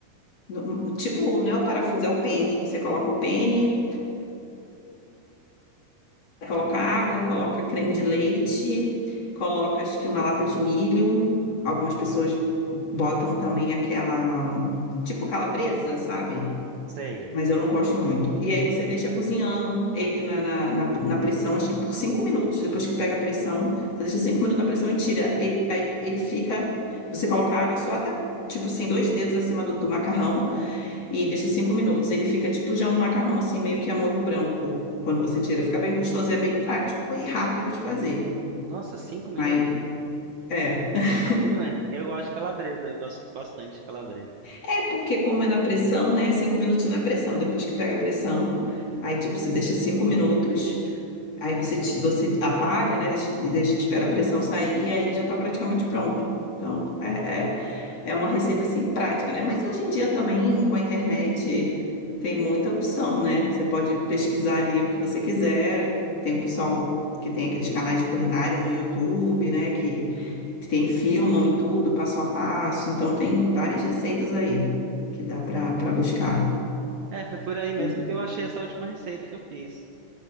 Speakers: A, on the left (about 40°); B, on the right (about 60°).
A: no- tipo, não é o parafuso, é o pene. Você coloca o pene. Coloca água, coloca creme de leite, coloca acho que uma lata de milho. Algumas pessoas botam também aquela, tipo calabresa, sabe?
B: Sei.
A: Mas eu não gosto muito. E aí você deixa cozinhando ele na, na, na, na pressão, acho que por cinco minutos. Depois que pega a pressão, você deixa cinco minutos na pressão e tira. Ele, aí ele fica. Você coloca a água só até, tipo assim, dois dedos acima do, do macarrão e deixa cinco minutos. Ele fica tipo já um macarrão assim, meio que a molho branco, quando você tira. Fica bem gostoso e é bem prático e rápido de fazer.
B: Nossa, cinco minutos
A: Mas é.
B: é bem rápido
A: <laughs>
B: mesmo. Eu gosto de calabresa, eu gosto bastante de calabresa.
A: É porque, como é na pressão, né? Cinco minutos na pressão. Depois que pega a pressão, aí tipo, você deixa cinco minutos. Aí você, te- você apaga, né? Deixa, deixa, espera a pressão sair e aí já tá praticamente pronto. Então, é, é É uma receita assim prática, né? Mas hoje em dia também com a internet tem muita opção, né? Você pode pesquisar ali o que você quiser. Tem o pessoal que tem aqueles canais de culinária no YouTube, né? Que tem filmam e tudo, passo a passo. Então tem várias receitas aí que dá para para buscar.
B: É, foi por aí mesmo
A: Entendi.
B: que eu achei essa última receita que eu fiz.